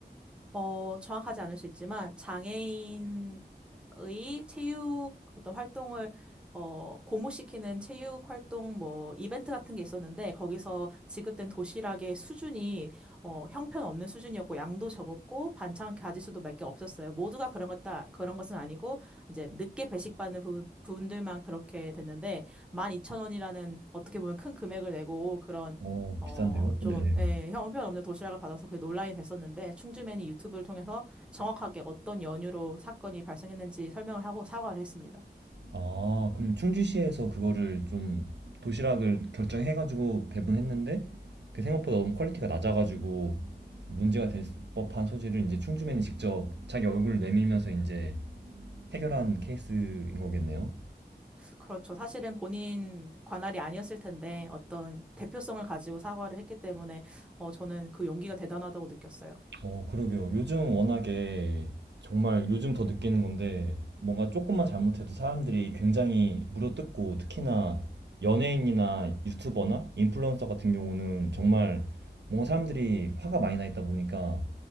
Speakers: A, in the centre; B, on the right.
A: 어, 정확하지 않을 수 있지만, 장애인의 체육 어떤 활동을, 어, 고무시키는 체육 활동 뭐, 이벤트 같은 게 있었는데, 거기서 지급된 도시락의 수준이, 어, 형편없는 수준이었고, 양도 적었고, 반찬 가짓수도 몇 개 없었어요. 모두가 그런 것, 다, 그런 것은 아니고, 이제 늦게 배식받는 부, 분들만 그렇게 됐는데, 12,000원이라는 어떻게 보면 큰 금액을 내고, 그런
B: 어
A: 어,
B: 비싼데요?
A: 좀,
B: 네네.
A: 예, 형편없는 도시락을 받아서 그게 논란이 됐었는데, 충주맨이 유튜브를 통해서 정확하게 어떤 연유로 사건이 발생했는지 설명을 하고 사과를 했습니다.
B: 아, 그럼 충주시에서 그거를 좀 도시락을 결정해가지고 배분했는데 그 생각보다 너무 퀄리티가 낮아가지고 문제가 될 법한 소지를 이제 충주맨이 직접 자기 얼굴을 내밀면서 이제 해결한 케이스인 거겠네요.
A: 그렇죠. 사실은 본인 관할이 아니었을 텐데, 어떤 대표성을 가지고 사과를 했기 때문에, 어, 저는 그 용기가 대단하다고 느꼈어요.
B: 어, 그러게요. 요즘 워낙에 정말 요즘 더 느끼는 건데 뭔가 조금만 잘못해도 사람들이 굉장히 물어뜯고 특히나 연예인이나 유튜버나 인플루언서 같은 경우는 정말 뭔가 사람들이 화가 많이 나 있다 보니까